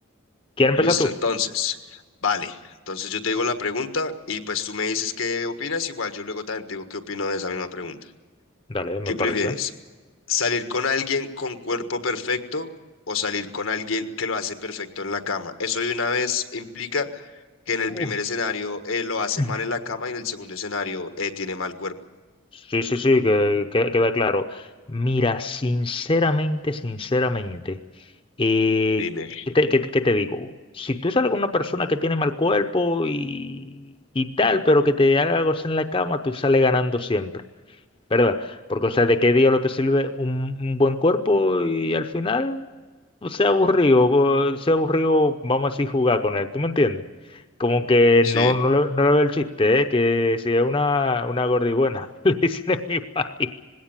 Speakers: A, on the left; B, on the left.
A: ¿Quieres
B: Listo,
A: empezar tú?
B: entonces. Vale, entonces yo te digo la pregunta y pues tú me dices qué opinas. Igual yo luego también te digo qué opino de esa misma pregunta.
A: Dale, me
B: ¿Qué
A: parece.
B: prefieres? salir con alguien con cuerpo perfecto o salir con alguien que lo hace perfecto en la cama. Eso de una vez implica que en el
A: Uf.
B: primer escenario eh, lo hace
A: Ujú.
B: mal en la cama y en el segundo escenario eh, tiene mal cuerpo.
A: Sí, sí, sí, que, que- queda claro. Mira, sinceramente, sinceramente, eh,
B: Dime.
A: ¿qué te, qué te- qué te digo? Si tú sales con una persona que tiene mal cuerpo y, y tal, pero que te haga algo en la cama, tú sales ganando siempre. ¿verdad? Porque, o sea, ¿de qué diablo te sirve un, un buen cuerpo y al final o sea aburrido, o sea aburrido, vamos a decir, jugar con él, ¿tú me entiendes? Como que
B: Sí.
A: no, no, le, no le veo el chiste, ¿eh? Que si es una, una gordibuena <laughs> le dicen en mi país,